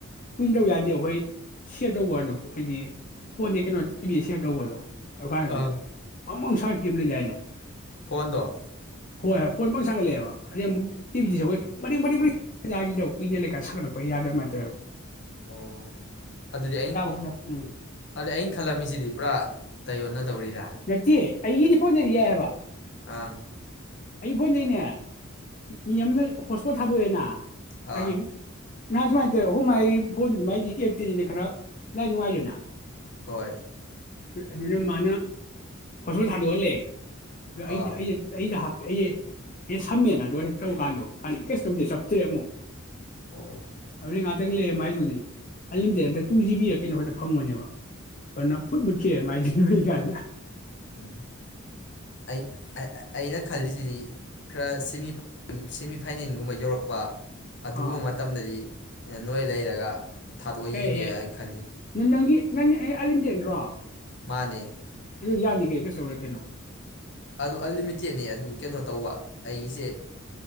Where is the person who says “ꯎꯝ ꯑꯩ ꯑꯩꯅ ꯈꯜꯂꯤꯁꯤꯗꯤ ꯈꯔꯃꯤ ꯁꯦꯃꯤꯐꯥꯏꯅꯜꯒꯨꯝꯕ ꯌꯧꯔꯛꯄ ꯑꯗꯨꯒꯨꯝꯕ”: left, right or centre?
Left